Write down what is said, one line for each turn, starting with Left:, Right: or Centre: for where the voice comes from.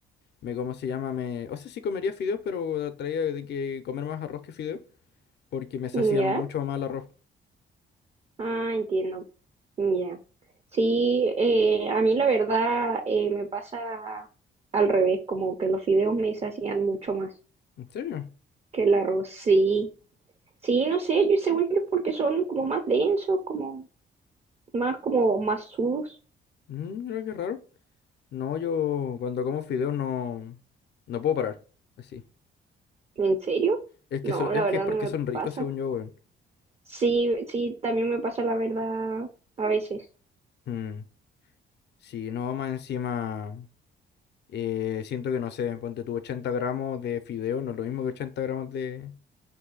Left: me, ¿cómo se llama? Me, o sea, sí comería fideos, pero traía de que comer más arroz que fideos porque me sacían
Right: ya.
Left: mucho más el arroz.
Right: Ah, entiendo, ya. Sí, eh, a mí la verdad eh, me pasa al revés, como que los fideos me sacian mucho más
Left: ¿En serio?
Right: que el arroz, sí. Sí, no sé, yo según yo porque son como más densos, como más como más sudos.
Left: Mm, mira qué raro. No, yo cuando como fideos no, no puedo parar. Así.
Right: ¿En serio?
Left: Es
Right: No,
Left: que, so- es
Right: la verdad
Left: que es porque
Right: no me
Left: son ricos,
Right: pasa.
Left: según yo, weón.
Right: Sí, sí, también me pasa la verdad a veces.
Left: Mm, sí, no, más encima. eh, siento que no sé, ponte tú 80 gramos de fideo, no es lo mismo que 80 gramos de,